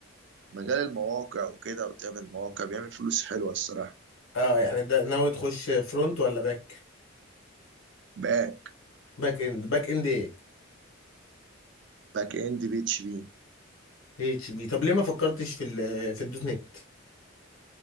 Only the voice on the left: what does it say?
اه يعني ده ناوي تخش فرونت ولا باك
باك اند باك اند ايه
اتش بي طب ليه ما فكرتش في ال في الدوت نت